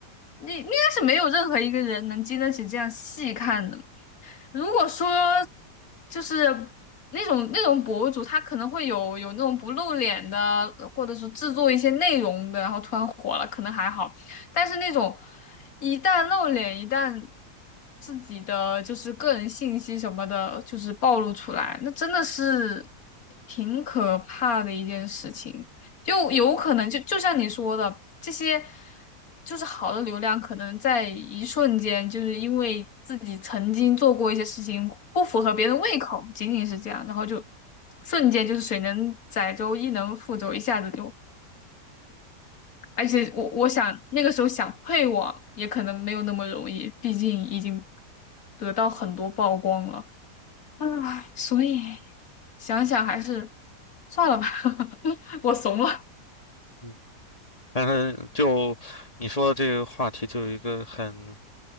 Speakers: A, on the left (about 55°); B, on the left (about 20°).
A: 你应该是没有任何一个人能经得起这样细看的。如果说就是那种那种博主，他可能会有有那种不露脸的，或者是制作一些内容的，然后突然火了，可能还好。但是那种一旦露脸，一旦自己的就是个人信息什么的，就是暴露出来，那真的是挺可怕的一件事情。就有可能就就像你说的，这些就是好的流量，可能在一瞬间，就是因为自己曾经做过一些事情不符合别人胃口，仅仅是这样，然后就瞬间就是水能载舟，亦能覆舟，一下子就。而且我我想那个时候想退网也可能没有那么容易，毕竟已经得到很多曝光了啊，所以想想还是算了吧，<laughs> 我怂了。
B: 嗯但是就你说的这个话题，就有一个很，